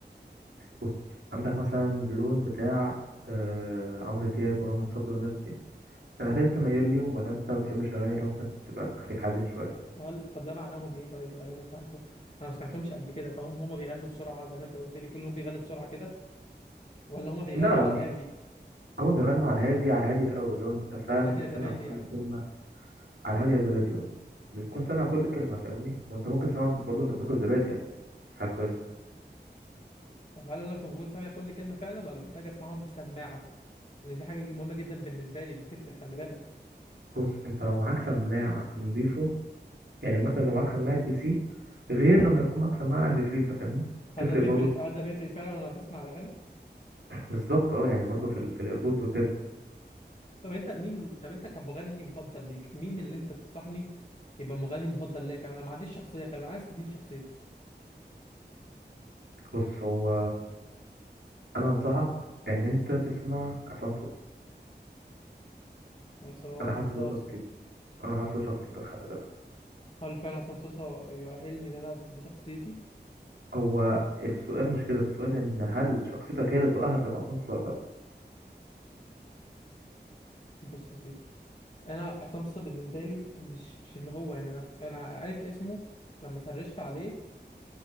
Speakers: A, on the right; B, on the left.
A: بص عندك مثلا اللون بتاع آه عمرو دياب ورامي صبري والناس دي هل انت ميال ليهم ولا انت بتحب الاغاني اللي ممكن تبقى تخليك حزين شويه
B: هل طب ده معناهم ايه طيب الاغاني بتاعتهم انا ما سمعتهمش قبل كده فهم هما بيغنوا بسرعه زي ما انت قلت لي كلهم بيغنوا بسرعه كده ولا هما بيغنوا
A: لا لا
B: على الهادي
A: هو بيغنوا على الهادي على الهادي القوي لو انت فاهم
B: على الهادي يا زبادي
A: سامع
B: يعني
A: كل كلمة على الهادي يا زبادي اه بتكون
B: حلو
A: سامع كل كلمة فاهمني وانت ممكن تسمع برضه انت بتاكل زبادي يعني حاجة كويسة
B: طب هل انا كنت كنت سامع كل كلمه فعلا ولا محتاج اسمعهم في سماعه لان دي حاجه مهمه جدا بالنسبه لي اللي بتفرق خلي بالك
A: بص انت لو معاك سماعة نضيفه يعني مثلا لو معاك سماعة بي سي غير لما يكون معاك سماعة عند فري انت فاهمني تفرق
B: هل ده بيفرق
A: برضه
B: هل ده بيفرق فعلا وانا بسمع الاغاني
A: بالظبط اه يعني برضه في ال في الايربودز وكده
B: طب انت مين طب انت كمغني مفضل ليك مين اللي انت تنصحني يبقى مغني مفضل ليا كمان انا ما عنديش شخصيه غالبا انا عايز تديني شخصيتي
A: بص هو انا انصحك ان انت تسمع عصام صوصة
B: عصام
A: انا حاسس ده
B: صاصا
A: شخصيته انا حاسس ده شخصيته خلي بالك
B: هل فعلا عصام صاصا يؤهلني ان انا دي شخصيتي
A: هو السؤال مش كده السؤال ان هل شخصيتك هي اللي تؤهل تبقى سمسار ولا لا
B: بص يا سيدي انا عصام صاصا بالنسبه لي مش مش اللي هو يعني انا انا عارف اسمه لما سرشت عليه